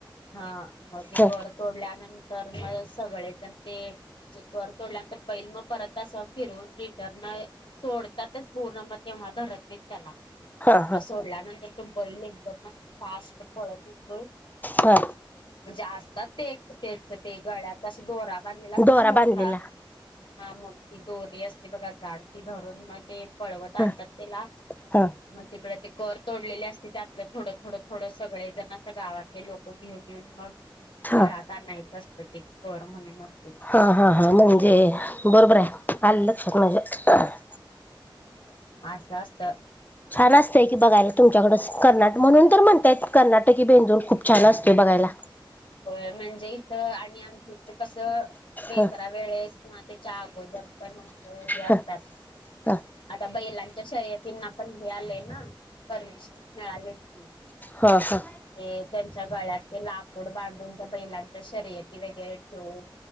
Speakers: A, on the left; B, on the left.
A: <inaudible> हा मग ती
B: ह
A: कर तोडल्यानंतर तर <inaudible> मग सगळे जण ते जे कर तोडल्यानंतर बैल मग परत अस फिरून रिटर्न सोडतातच पूर्ण मग ते मग धरत नाहीत त्याला
B: हा हा
A: <inaudible> मग सोडल्यानंतर बैल एकदम अस फास्ट पळत येतोय
B: हा
A: म्हणजे असतात तेच ते गळ्यात दोरा बंधलेला पुन्हा
B: दोरा
A: मोठा
B: बांधलेला
A: हा मोठी दोरी असते बघा जाडती भरून मग ते पळवत
B: हा
A: आणतात त्याला
B: हा
A: <inaudible> मग तिकड ते कर तोडलेले असते त्यातलं थोडं- थोडं -थोडं सगळे जण असं गावातले लोक घेऊन येऊन मग
B: हा
A: घरात आणायचं असतं ते कर म्हणून असत ते
B: हा -हा- हा म्हणजे बरोबर आहे आले लक्षात माज्या <inaudible>
A: अस असत
B: छान असतय की बघायला तुमच्याकड कर्नाटक म्हणून तर म्हणताय कर्नाटक की बेंदूल खूप छान असतो बघायला
A: होय म्हणजे इथं आणि आमच्या इथ कसं बेंद्रा
B: ह
A: वेळेस किंवा ते अगोदरपण अस हे
B: ह
A: असतात
B: ह
A: <inaudible> आता बैलांच्या शर्यत त्यांना पण हे आले ना <inaudible> परमिशन मिळालेत की <inaudible>
B: ह ह ह
A: ते त्यांच्या गळ्यात ते लाख तोंड बांधून त्या बैलांच्या शर्यती वगैरे ठेवून